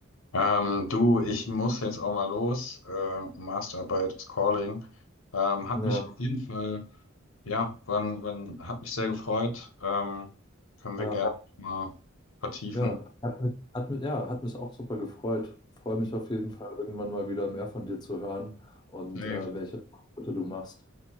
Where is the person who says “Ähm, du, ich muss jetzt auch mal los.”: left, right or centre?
Left